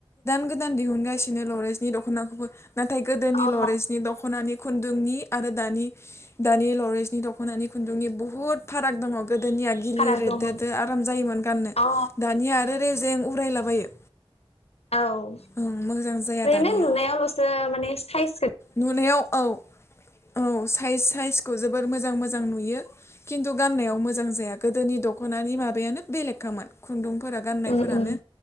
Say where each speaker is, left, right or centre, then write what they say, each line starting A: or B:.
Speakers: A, on the left (about 25°); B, on the left (about 85°).
A: गोदान गोदान दिहुनगासिनो लरेजनि दख'नाखौबो नाथाय गोदोनि
B: अ
A: लरेजनि दख'नानि खुन्दुंनि आरो दानि दानि लरेसनि दख'नानि खुन्दुंनि बुहुत फाराग दङ। गोदोनिया गिलिद
B: फाराग
A: लोददोदो
B: दङ
A: आराम जायोमोन गाननो।
B: अ
A: दानिया आरो रेजें उरायलाबायो।
B: औ ओरैनो
A: ओं मोजां जाया दानिया
B: नुनायावल'सो माने साइज
A: नुनायाव औ औ साइज साइजखौ जोबोर मोजां मोजां नुयो। खिन्थु गाननायाव मोजां जाया गोदोनि दख'नानि माबायानो बेलेगखामोन खुन्दुं फोरा गाननायफोरानो
B: उम उम